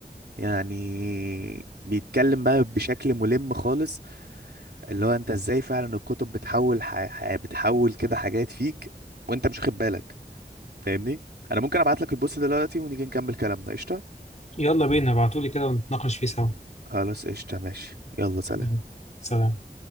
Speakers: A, on the right (about 75°); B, on the left (about 45°).
A: يعني بيتكلم بقى بشكل ملم خالص اللي هو انت ازاي فعلا الكتب بتحول ح... ح... بتحول كده حاجات فيك وانت مش واخد بالك فاهمني انا ممكن ابعت لك البوست دلوقتي ونيجي نكمل كلامنا قشطه
B: يلا بينا ابعتولي كده ونتناقش فيه سوا
A: خلاص قشطه ماشي يلا سلام
B: مم. سلام